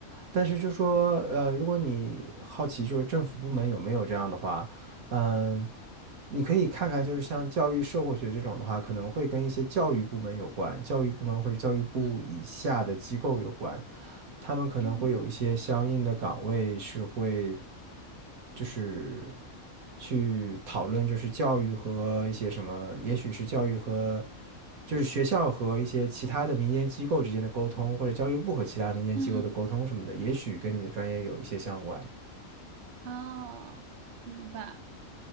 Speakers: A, on the right (about 90°); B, on the right (about 60°).
A: 但是就说，呃，如果你好奇就是政府部门有没有这样的话，嗯，你可以看看就是像教育社会学这种的话，可能会跟一些教育部门有关，教育部门或者教育部以下的机构有关。
B: 嗯
A: 他们可能会有一些相应的岗位是会，
B: 嗯
A: 就是去讨论，就是教育和一些什么，也许是教育和，就是学校和一些其他的民间机构之间的沟通，或者教育部和其他民间机构的沟通什么的，
B: 嗯。
A: 也许跟你的专业有一些相关。
B: 哦，明白。